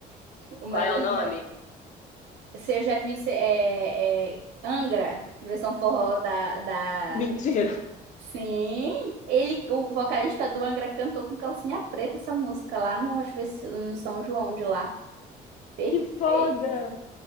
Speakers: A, on the right (about 70°); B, on the left (about 45°).
A: <laughs> Uma
B: Qual
A: das
B: é o nome?
A: minhas. Se eu já vi se- é, é, Angra, versão forró da, da.
B: Mentira,
A: Sim, ele, o vocalista do Angra cantou com calcinha preta essa música lá no, acho que foi no São João de lá. Perfeito,
B: <laughs> que foda!